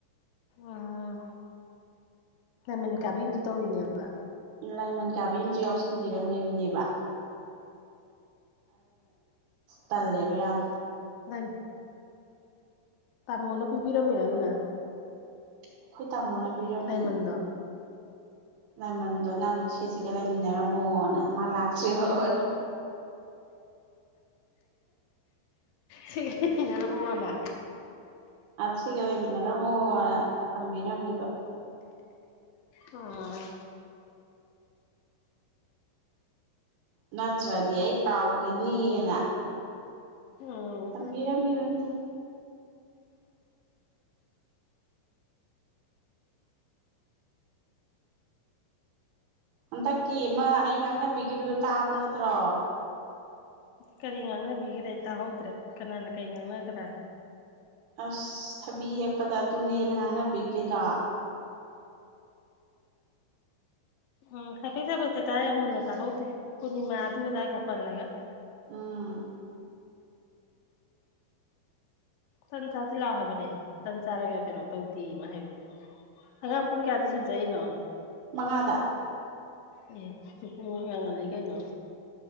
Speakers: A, on the left (about 85°); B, on the right (about 75°).
A: ꯎꯝ ꯅꯃꯤꯟ ꯀꯥꯕꯤ ꯑꯃꯁꯁꯨ ꯇꯧꯔꯤꯅꯦꯕ
B: ꯂꯥꯏꯃꯟ ꯀꯥꯕ ꯌꯨꯝꯁꯨ ꯌꯥꯎꯁꯟꯕꯤꯔꯝꯃꯤꯕꯅꯦꯕ ꯇꯂꯦꯕꯌꯥ
A: ꯎꯝ ꯂꯥꯏ ꯇꯥꯃꯣꯅ ꯄꯤꯕꯤꯔꯝꯃꯤꯔ ꯑꯗꯨꯅ
B: ꯑꯩꯈꯣꯏ ꯇꯥꯃꯣꯅ ꯄꯤꯔꯝꯃꯤꯅꯤ
A: ꯂꯩꯥꯏꯃꯟꯗ
B: ꯂꯥꯏꯃꯟꯗꯣ ꯅꯪ ꯁꯤꯁꯤꯒ ꯂꯩꯃꯤꯟꯅꯔꯝꯃꯣꯅ ꯑꯃ ꯂꯥꯛꯇ꯭ꯔꯤꯕꯅ
A: ꯁꯤꯅꯅ ꯐꯣꯅ
B: ꯁꯤꯒ ꯂꯩꯃꯤꯟꯅꯔꯝꯃꯣ ꯊꯝꯕꯤꯔꯝꯃꯦꯕ
A: ꯑꯣ
B: ꯅꯠꯇ꯭ꯔꯗꯤ ꯑꯩ ꯀꯥꯎꯈꯤꯅꯤꯅ
A: ꯎꯝ
B: ꯊꯝꯕꯤꯔꯝꯃꯤꯕꯅꯤ ꯍꯟꯗꯛꯀꯤ ꯃꯥ ꯑꯩ ꯉꯥꯡꯅꯕꯤꯈꯤꯕꯗꯨꯣ ꯇꯥꯕ ꯅꯠꯇ꯭ꯔꯣ
A: ꯀꯔꯤ ꯉꯥꯡꯅꯕꯤꯒꯦ꯭ꯔꯦ ꯑꯩ ꯇꯥꯍꯧꯗ꯭ꯔꯦ ꯀꯅꯥꯅ ꯀꯔꯤ ꯉꯥꯡꯅꯒꯗ꯭ꯔꯥ
B: ꯑꯁ ꯊꯕꯤ ꯍꯦꯛꯄꯗ ꯑꯗꯨꯅꯦꯅ ꯉꯥꯡꯅꯕꯤꯈ꯭ꯔꯤꯗꯣ
A: ꯎꯝ ꯍꯥꯏꯐꯠꯕꯁꯦ ꯇꯥꯏ ꯌꯥꯝ ꯃꯨꯟꯅ ꯇꯥꯍꯧꯗꯦ ꯄꯨꯔꯅꯤꯃꯥ ꯑꯗꯨ ꯑꯗꯥꯏꯒ ꯄꯜꯂꯒ
B: ꯎꯝ
A: ꯍ ꯟ ꯆꯥꯁꯤ ꯂꯥꯛꯑꯣ ꯍꯥꯏꯕꯅꯦꯍ ꯇꯟ ꯆꯥꯔꯒ ꯀꯩꯅꯣ ꯇꯧꯗꯦ ꯑꯃ ꯍꯥꯏꯕ ꯑꯉꯥꯡ ꯄꯨꯡ ꯀꯌꯥꯗ ꯁꯨꯝ ꯆꯔꯤꯅꯣ
B: ꯃꯉꯥꯗ
A: ꯑꯦ ꯆꯨꯄꯨ ꯉꯡꯍꯜꯂꯤ ꯀꯩꯅꯣ